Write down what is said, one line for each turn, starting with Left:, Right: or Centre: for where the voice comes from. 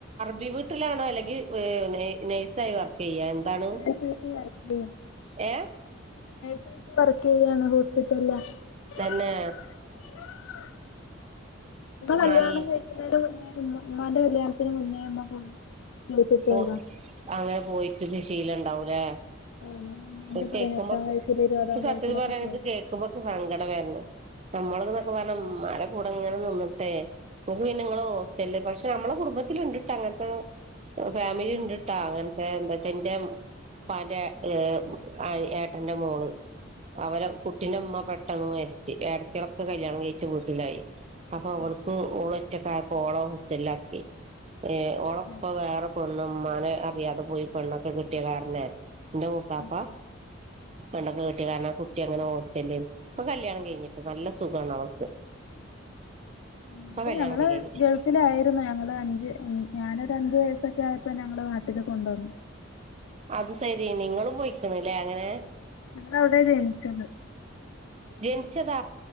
Right: വീ വീട്ടിലാണോ അല്ലെങ്കി നൈ നൈസായി വർ ചെയ്യാ എന്താണു
Left: നേഴ്സായിട്ട് വർക്ക് ചെയ്യും
Right: യെ
Left: <unintelligible> വർക്ക് ചെയ്യായാണ് ഹോസ്പിറ്റല്ലാ <unintelligible>
Right: തന്നെ
Left: കല്യാണം
Right: നല്ല
Left: കഴിക്കന്നേന് മുന്നേ ഉം <unintelligible> കല്യാണത്തിന് മുന്നേ ഉമ്മ പോയി ഗൾഫിൽ പോയതാ
Right: പോ അങ്ങനെ പോയിട്ട് ഇപ്പം ശീലം ഇണ്ടാവൂല്ലേ
Left: <unintelligible>
Right: ഇ കേൾക്കമ്പോ
Left: പതിനെട്ടാം വയസ്സില് ഇരുപതാം
Right: ഈ സത്യാത്തി
Left: വയസ്സിലൊക്കെ
Right: പറയാണ
Left: പോയതാ
Right: ഇത് കേൾക്ക്മ്പോക്കെ എനക്ക് സങ്കടം വെര്ന്ന് നമ്മളന്നൊക്കെ പറഞ്ഞാ ഉമ്മാൻ്റെ കൂ ഇങ്ങനെ നിന്നിട്ടെ <unintelligible> പിന്നെ നിങ്ങള് ഹോസ്റ്റല് പശേ നമ്മളെ കുടുംബത്തി ഇണ്ടിട്ട് അങ്ങനത്തെ ഫാമിലി
Left: ഉം,
Right: ഉണ്ടട്ടാ അങ്ങ എന്റെ അച്ഛന്റെ മോൻ്റെ യെ ഏട്ടന്റെ മോള് അവരെ കുട്ടിന്റെ ഉമ്മ പെട്ടെന്ന് മരിച്ച് ഈ അട്ത്ത് ഇടക്ക് കല്യാണം കഴിച്ച് ബിട്ടുണ്ടായി അപ്പൊ
Left: ഉം,
Right: അവൾക്ക് ഓള് ഒറ്റാക്ക്യാപ്പോ ഓളേ ഹോസല്ലാക്കി യെ ഒ
Left: ഉം,
Right: ഉപ്പാ വേറെ പെണ്ണും ഉമ്മാനെ അറിയാതെ പോയി പെണ്ണൊക്കെ കെട്ടിയകാരണെ ൻ്റെ മൂത്താപ്പാ
Left: ഉം.
Right: പെണ്ണാക്കെ കെട്ടി കാരണം ആ കുട്ടിയെ അങ്ങനെ ഹോസ്റ്റല്ം ഇപ്പം കല്യാണം കഴിഞ്ഞിട്ട് നല്ല സുഖാണ് അവൾക്ക്
Left: ഞങ്ങ
Right: ഇപ്പൊ കല്യാണൊക്കെ
Left: ഞങ്ങള്
Right: കഴിഞ്ഞു
Left: ഗൾഫിലാര്ന്നു ഞങ്ങള് അഞ്ച് ഉം ഞാനൊര് അഞ്ച് വയസ്സൊക്കെ ആയപ്പോ ഞങ്ങള് നാട്ടില് കൊണ്ട് വന്നു
Right: അത് സേരി നിങ്ങളും പോയിക്കണല്ലേ അങ്ങനെ
Left: <unintelligible> അവടെയാ ജെനിച്ചത്
Right: ജെനിച്ചതാ